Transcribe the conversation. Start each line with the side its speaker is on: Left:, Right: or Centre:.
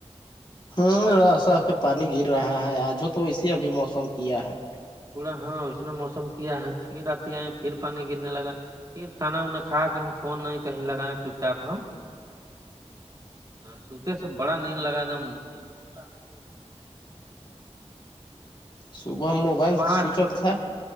Left: ہوں ر س کے پانی گر رہا ہے آجوں تو اسی ابھی موسم کیا ہے
Right: تھوڑا ہاں اس نے موسم کیا ہے پھر رتی آئے پھر پانی گرنے لگا پھر کانا وانا کھا کے ہم فون نہیں کہیں لگائےیں چپ چاپ ہم سوتے سے بڑا نیند لگا دم نیند کلاح ہم کو
Left: صبح موبائل
Right: پانچ
Left: سوئچ آف تھا